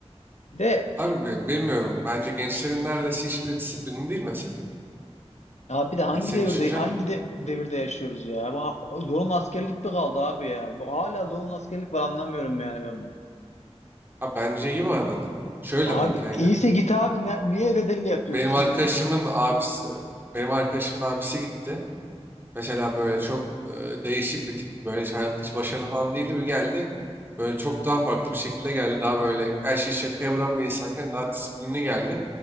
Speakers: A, on the left; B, on the right.
A: De
B: Abi bi- bilmiyorum. Bence gençlerin neredeyse hiçbiri disiplinli değil mesela.
A: Ya bir de hangi
B: Yani senin
A: devirde
B: düşüncen
A: hangi
B: ne?
A: de, devirde yaşıyoruz ya? Bu ha- zorunlu askerlik mi kaldı abi ya? Bu hala zorunlu askerlik var anlamıyorum yani ben bunu.
B: Ha bence iyi bu arada. Şöyle
A: Abi
B: bak yani.
A: iyiyse git abi ne, niye bedelli yapıyorsun
B: Benim arkadaşımın
A: ya?
B: abisi, benim arkadaşımın abisi gitti. Mesela böyle çok e, değişik bir tipti. Böyle hiç hayatta hiç başarılı falan değildi. Bir geldi. Böyle çok daha farklı bir şekilde geldi. Daha böyle her şeyi şakaya vuran bir insanken daha disiplinli geldi.